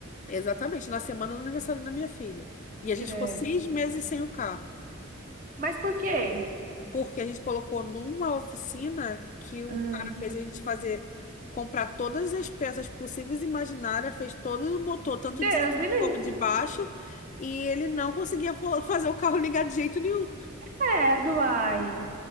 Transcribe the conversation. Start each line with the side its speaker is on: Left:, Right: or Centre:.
Left: Exatamente, na semana do aniversário da minha filha. E a gente
Right: Credo.
Left: ficou seis meses sem o carro.
Right: Mas por quê?
Left: porque a gente colocou numa oficina que o
Right: Ah,
Left: cara fez a gente fazer, comprar todas as peças possíveis e imaginárias, fez todo o motor, tanto
Right: Deus
Left: de cima
Right: me livre.
Left: como de baixo, e ele não conseguia fa- fazer o carro ligar de jeito nenhum.
Right: Credo, uai.